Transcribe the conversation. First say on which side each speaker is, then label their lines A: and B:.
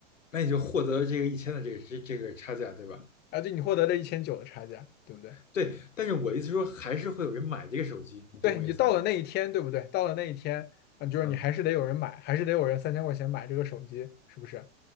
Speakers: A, on the left; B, on the left.
A: 那你就获得了这个一千的这个这这个差价，对吧？
B: 啊，对，你获得了一千九的差价，对不对？
A: 对，但是我的意思说，还是会有人买这个手机，你懂我意思吗？
B: 对，你就到了那一天，对不对？到了那一天，啊，就是你还是得有人买，
A: 嗯，
B: 还是得有人三千块钱买这个手机，是不是？